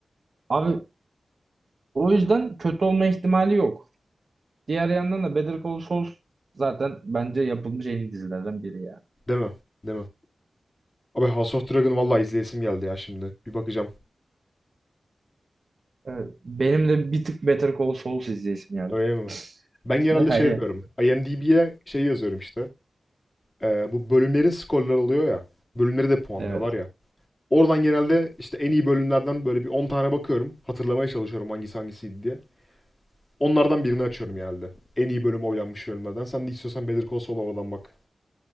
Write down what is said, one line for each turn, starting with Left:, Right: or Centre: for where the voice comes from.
Right: Abi o yüzden kötü olma ihtimali yok. Diğer yandan da Better Call Saul zaten bence yapılmış en iyi dizilerden biri ya.
Left: Değil mi? Değil mi? Abi House of Dragon vallahi izleyesim geldi ya şimdi. Bir bakacağım.
Right: Evet. Benim de bir tık Better Call Saul izleyesim geldi.
Left: Öyle mi? Ben
Right: <laughs>
Left: genelde
Right: Şimdi hayır.
Left: şey yapıyorum. IMDb'ye şey yazıyorum işte. Ee, bu bölümlerin skorları oluyor ya. Bölümleri de puanlıyorlar
Right: Evet.
Left: ya. Oradan genelde işte en iyi bölümlerden böyle bir 10 tane bakıyorum. Hatırlamaya çalışıyorum hangisi hangisiydi diye. Onlardan birini açıyorum genelde. En iyi bölüm oylanmış bölümlerden. Sen de istiyorsan Better Call Saul'a oradan bak.